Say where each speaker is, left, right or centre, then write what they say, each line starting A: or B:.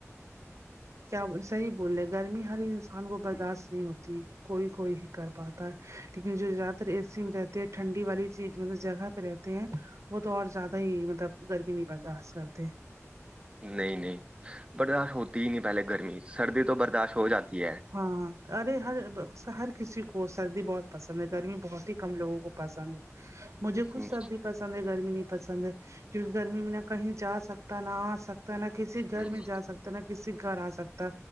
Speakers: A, on the right (about 75°); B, on the right (about 20°).
A: کیا صحیح بول رہے گرمی ہر انسان کو برداشت نہیں ہوتی کوئی کوئی ہی کر پاتا ہے لیکن جو زیادہ تر اے سی میں رہتے ہے ٹھنڈی والی چیز مطلب جگہ پے رہت تے ہیں وہ تو اور زیادہ ہی مطلب گرمی نہیں برداشت کرتے
B: نہیں نہیں برداشت ہوتی ہی نہیں پہلے گرمی سردی تو برداشت ہو جاتی ہے
A: ہاں ارے ہر ہر کسی کو سردی بہت پسند ہے گرمی بہت ہی کم لوگوں کو پسند ہے مجھے خود
B: ہم،
A: سردی پسند ہے گرمی نہیں پسند ہے کیونکی گرمی میں نہ کہیں جا سک تا نہ آ سکتا نہ کسی گھر
B: ہم،
A: میں جا سکتا نہ کسی گھر آ سکتا